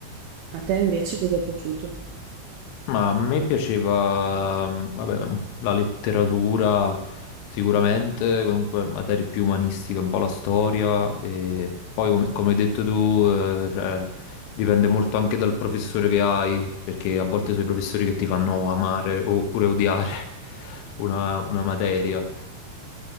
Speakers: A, on the right (about 75°); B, on the left (about 85°).
A: A te invece cosa è piaciuto?
B: Ma a me piaceva, mm, vabbè, un- la letteratura sicuramente, comunque materie più umanistiche, un po' la storia e poi come, come hai detto tu, eh, cioè, dipende molto anche dal professore che hai, perché a volte sono i professori che ti fanno amare oppure odiare <laughs> una, una materia.